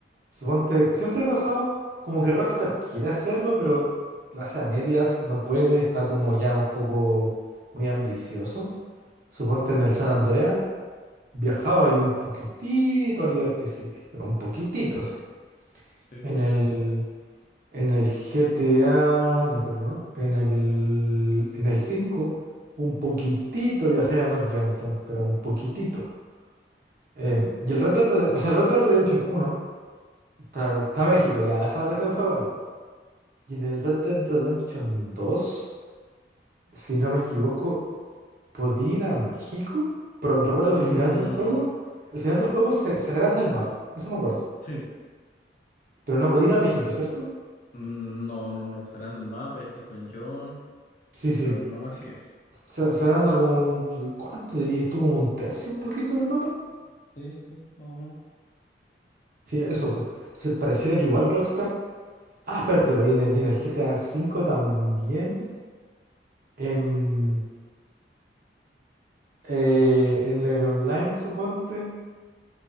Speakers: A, on the right; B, on the left.
A: Suponte, siempre ha pasado como que Rockstar quiere hacerlo, pero lo hace a medias, no puede, está como ya un poco muy ambicioso. Suponte en el San Andreas viajaba y un poquitito a Liberty City, pero un poquitito, sí.
B: Sí.
A: En el en el GTA, de acuerdo, ¿no? En el, en el 5 un poquitito viajé a North Yankton, pero un poquitito. Eh, y el Red Dead Redemption, o sea, el Red Dead Redemption uno está, está México, ya, esa cuestión fue bacán. Y en el Red Dead Redemption dos si no me equivoco, podía ir a México. Pero recuerdo
B: Mm,
A: que al final del juego, al final del juego se, se agranda el mapa, eso me acuerdo.
B: sí.
A: Pero no podía ir a México, ¿cierto?
B: Mm, No, no, no. Sacando el mapa, estoy con John,
A: Sí, sí.
B: pero no más que eso.
A: Se, se agranda como, un- ¿cuánto dirías tú? Como un tercio, un poquito del mapa.
B: Sí, sí, más o menos.
A: Sí, eso, pues. Entonces pareciera que igual Rockstar. Ah, espérate, pues, y en el, y en el GTA V también. em, eh, en el online, suponte.